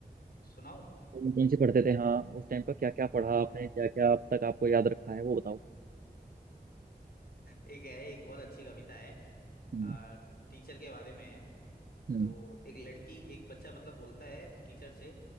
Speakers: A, on the left; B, on the right.
A: सुनाऊं
B: कौन कौन सी पढ़ते थे हाँ उस टाइम पर क्या क्या
A: हाँ
B: पढ़ा आपने क्या क्या अब तक आपको याद रखा है वो बताओ
A: एक है एक बहुत अच्छी कविता है
B: हम्म
A: आ, टीचर के बारे में है
B: हम्म
A: तो एक लड़की एक बच्चा मतलब बोलता है टीचर से